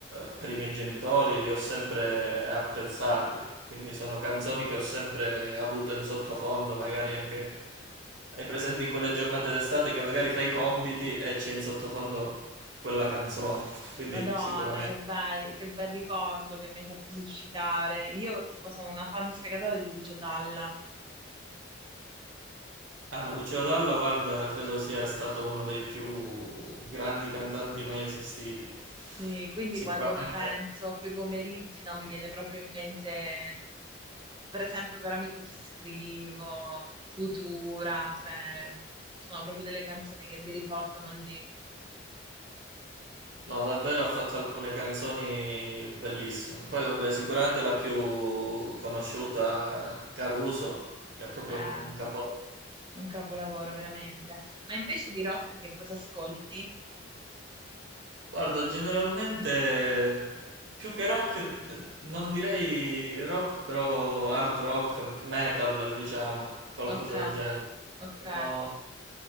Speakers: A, on the right; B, on the right.
A: eh, per i miei genitori, li ho sempre apprezzati, quindi sono canzoni che ho sempre avuto in sottofondo, magari anche hai presente in quelle giornate d'estate che magari fai i compiti e c'è in sottofondo quella canzone, quindi
B: Madonna,
A: sicuramente.
B: che bei- che bel ricordo che mi hai fatto suscitare. Io tipo sono una fan sfegatata di Lucio Dalla.
A: Ah, Lucio Dalla, guarda, credo sia stato uno dei più grandi cantanti mai esistiti.
B: Sì, quindi
A: Sicuramente,
B: quando penso a quei pomeriggi, no, mi viene proprio in mente, per esempio, Caro amico ti scrivo, Sutura, cioè, sono proprio delle canzoni che mi riportano lì.
A: no, davvero ha fatto alcune canzoni bellissime. Poi, vabbè, sicuramente la più conosciuta, Caruso, è proprio
B: Eh,
A: un, un capolavoro.
B: un capolavoro veramente. Ma invece di rock che cosa ascolti?
A: Guarda, generalmente più che rock, non direi rock, però hard rock, metal, diciamo, qualcosa
B: Ok,
A: del genere.
B: ok.
A: No.